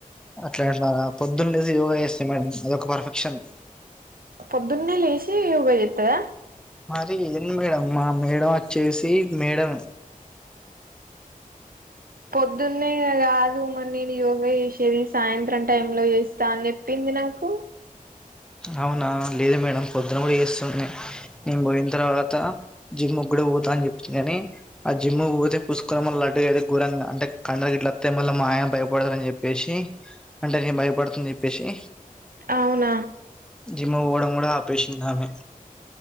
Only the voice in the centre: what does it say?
అట్లాగా పొద్దున్ లేసి యోగా చేస్తే మేడం అదక పర్ఫెక్షన్
మరి ఏంది మేడం మా మేడం వచ్చేసి మేడం
అవునా లేదు మేడం పొద్దున గుడా ఏస్తుంది మేము పోయిన తర్వాత జిమ్ గుడా పోతా అని చెప్పింది కాని ఆ జిమ్ పోతే పుసుకొని మళ్ళీ లడ్డు అయితే ఘరంగా అంటే కండ గిట్లాస్తా మళ్ళీ మాయా భయపడతారుని చెప్పేసి అంటే నేను భయపడుతా అని చెప్పేసి
జిమ్ముకు పోవడం గూడా ఆపేసింది ఆమే